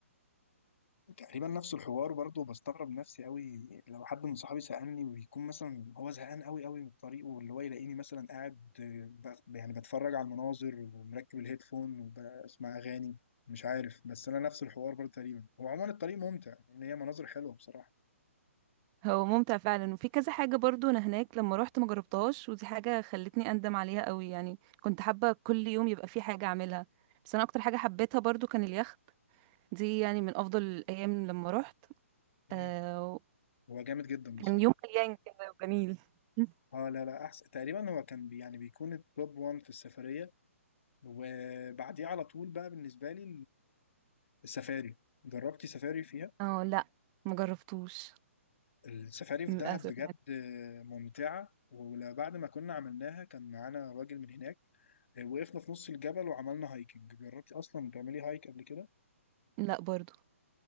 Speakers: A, on the left; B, on the right.
A: تقريبا نفس الحوار برضه بستغرب نفسي قوي لو حد من صحابي سألني ويكون مثلا هو زهقان قوي قوي من الطريق واللي هو يلاقيني مثلا قاعد آه، ب- يعني بتفرج على المناظر ومركب الهيدفون وبسمع أغاني مش عارف بس أنا نفس الحوار برضه تقريبا هو عموما الطريق ممتع يعني هي مناظر حلوة بصراحة
B: ممتع فعلا وفي كذا حاجه برضو انا هناك لما روحت ما جربتهاش ودي حاجه خلتني اندم عليها قوي يعني كنت حابه كل يوم يبقى في حاجه اعملها بس انا اكتر حاجه حبيتها برضو كان اليخت دي يعني من افضل الايام لما روحت
A: مم.
B: آه،
A: هو جامد جدا بصراحة
B: كان يوم مليان كده وجميل <laughs>
A: اه لا لا احسن تقريبا هو كان بي يعني بيكون التوب 1 في السفرية وبعديه على طول بقى بالنسبة لي السفاري جربتي سفاري فيها
B: اه لا ما جربتوش
A: السفاري في
B: للاسف
A: دهب بجد ممتعة وبعد ما كنا عملناها كان معانا راجل من هناك آه، وقفنا في نص الجبل وعملنا هايكنج جربتي اصلا تعملي هايك قبل كده
B: لا برضو